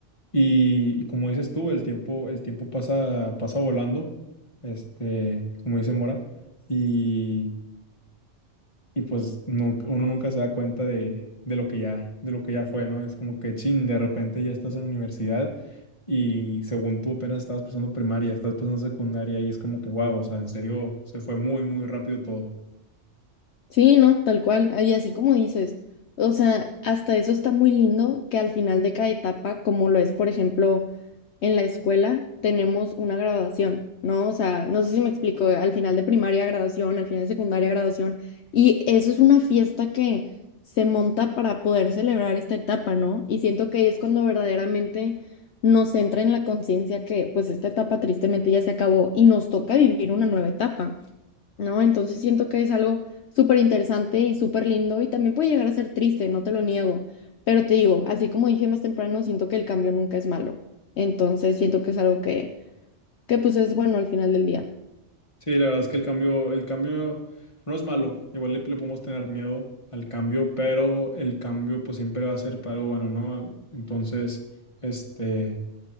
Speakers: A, on the left (about 25°); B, on the left (about 65°).
A: y, y como dices tú, el tiempo, el tiempo pasa, pasa volando, este, como dice Mora, y, y pues nunca- uno nunca se da cuenta de, de lo que ya, de lo que ya fue, ¿no? Es como que chin, de repente ya estás en universidad y según tú apenas estabas pasando primaria, estás pasando secundaria y es como que wow, o sea, en serio, se fue muy, muy rápido todo.
B: Sí, no, tal cual. Y así como dices, o sea, hasta eso está muy lindo que al final de cada etapa, como lo es, por ejemplo, en la escuela, tenemos una graduación, ¿no? O sea, no sé si me explico, al final de primaria graduación, al final de secundaria graduación, y eso es una fiesta que se monta para poder celebrar esta etapa, ¿no? Y siento que ahí es cuando verdaderamente nos entra en la conciencia que pues esta etapa tristemente ya se acabó y nos toca vivir una nueva etapa. ¿no? Entonces siento que es algo súper interesante y súper lindo y también puede llegar a ser triste, no te lo niego, pero te digo, así como dije más temprano, siento que el cambio nunca es malo, entonces siento que es algo que, que pues es bueno al final del día.
A: Sí, la verdad es que el cambio, el cambio no es malo. Igual le, le podemos tener miedo al cambio, pero el cambio pues siempre va a ser para algo bueno, ¿no? Entonces, este,